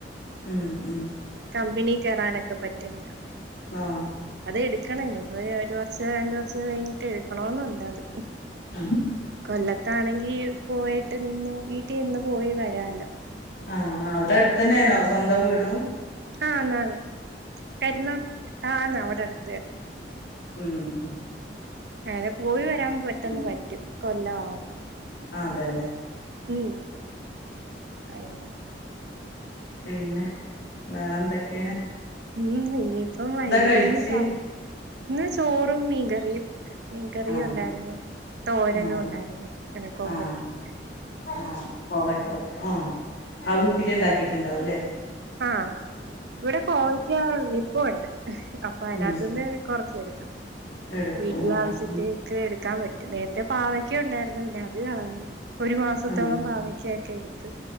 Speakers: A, on the left (about 70°); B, on the right (about 70°).
A: ംം
B: കമ്പനി കേയറാനൊക്കെ പറ്റൊകാരം
A: ആഹ
B: അത് എടുക്കണം ഇനി ഒരു വർഷോ രണ്ട വർഷോ കഴിഞ്ഞിട്ട് എടുക്കണോന്നുണ്ട അത്
A: ആഹ
B: കൊല്ലത്താണെങ്കി പോയിട്ട് നിന്ന് വീട്ടിൽ നിന്ന് പോയി വരാല്ലോ
A: ആഹ ആഹ അവിടെ അടുത്തന്നേണോ സ്വന്തം വീടും
B: ആഹ് എന്നാണ് കരുന്നാ ആഹ അവിടെ അടുത്തെന്നെ
A: ഉം മ്
B: അങ്ങനെ പോയി വരാൻ പെട്ടെന്ന്
A: ഉം
B: പറ്റും കൊല്ലമാവുമ്പോ
A: അതെല്ലേ
B: ഉം അങ്ങനെ
A: പിന്നെ വേറെന്തൊക്കെണ്
B: ഉം ഇനിയിപ്പം വൈകിട്ടിനി
A: കഴിച്ച്
B: ചായ് ഇന്ന് ചോറും മീകറിയു മീൻകറിയും
A: ആഹ്
B: ഉണ്ടായിരുന്നു തോരനും
A: ആഹ്
B: ഉണ്ടായിരുന്നു പിന്നെ കോവക്കേം
A: ആഹ് ആഹ് കോവക്ക് ആഹ് ആ വീട്ടില് ഇണ്ടാക്കിട്ടുണ്ടാവുംല്ലെ
B: ആഹ ഇവിടെ കോവയ്ക്കാ നിപ്പുണ്ട് അപ്പൊ അതിനകത്തുന്ന്
A: ഉം
B: കൊറച് എടുക്കും
A: എടുക്കും
B: വീട്ടിലാവശ്യത്തി
A: ആഹ്
B: ക്കെ എടുക്കാൻ പറ്റും നേരത്തെ പാവക്ക ഉണ്ടായിരുന്നു അത് കളഞ് ഒരു മാസത്തോളം
A: ആഹ്
B: പാവ കേക്ക എടുത്ത്